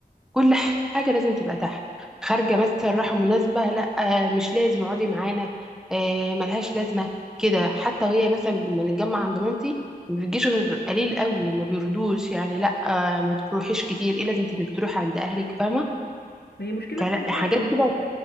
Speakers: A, in the centre; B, on the left.
A: كل حاجة لازم تبقى تحت خارجة مثلا رايحة مناسبة لا مش لازم اقعدي معانا آه، ملهاش لازمة كده حتى وهي مثلا لما نتجمع عند مامتي ما بتجيش غير قليل قوي ما بيردوش يعني لا آه، ما تروحيش كتير ايه لازمة انك تروحي عند اهلك فاهمة
B: ما هي مشكلة
A: كلا-
B: في كده
A: حاجات
B: بقى ان
A: كده